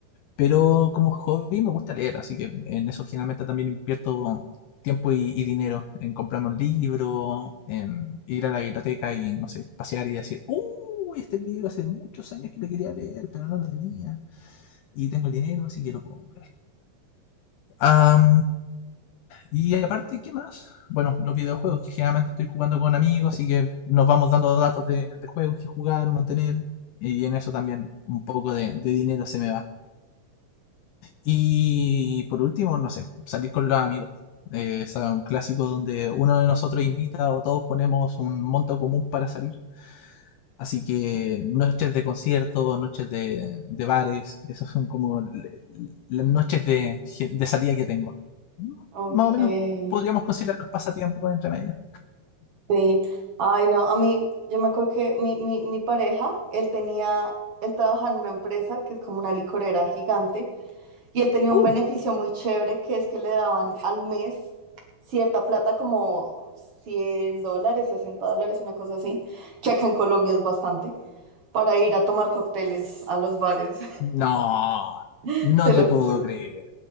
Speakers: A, on the left (about 80°); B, on the right (about 50°).
A: Pero
B: Ok,
A: como hobby me gusta leer, así que en eso generalmente también invierto tiempo y, y dinero, en comprarme un libro, en ir a la biblioteca y, no sé, pasear y decir, ¡Uy, este libro hace muchos años que lo quería leer, pero no lo tenía! Y tengo el dinero, así que lo puedo comprar. Am, y aparte, ¿qué más? Bueno, los videojuegos, que generalmente estoy jugando con amigos, así que nos vamos dando datos de, de juegos que jugar o mantener, y en eso también un poco de de dinero se me va. Y por último, no sé, salir con los amigos. Eh, es un clásico donde uno de nosotros invita o todos ponemos un monto común para salir. Así que noches de conciertos, noches de, de bares, esas son como le- las noches de, gen- de salida que tengo.
B: ok,
A: Más o menos podríamos considerar los pasatiempos entre medio.
B: sí. Ay, no, a mí, yo me acuerdo que mi, mi, mi pareja, él tenía, él trabajaba en una empresa que es como una licorera gigante y él tenía
A: ¡Uh!
B: un beneficio muy chévere que es que le daban al mes cierta plata como 100 dólares, 60 dólares, una cosa así, que acá en Colombia es bastante, para ir a tomar cócteles a los bares,
A: No,
B: <laughs>
A: no
B: te
A: te
B: lo juro.
A: puedo creer.